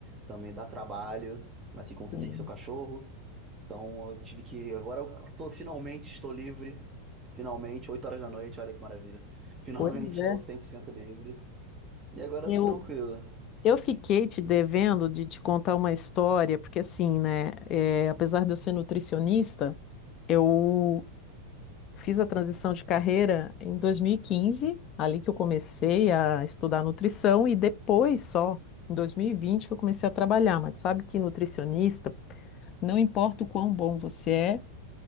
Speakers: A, on the right; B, on the left.
A: também dá trabalho, assim como você
B: sim.
A: tem seu cachorro. Então eu tive que. Agora eu tô, finalmente estou livre. Finalmente, 8 horas da noite, olha que maravilha. <laughs> Finalmente
B: Pois
A: estou
B: é.
A: 100% livre. E agora
B: Eu,
A: eu tô tranquilo.
B: eu fiquei te devendo de te contar uma história, porque assim, né, é, apesar de eu ser nutricionista, eu fiz a transição de carreira em 2015, ali que eu comecei a estudar nutrição, e depois só, em 2020, que eu comecei a trabalhar. Mas tu sabe que nutricionista, não importa o quão bom você é,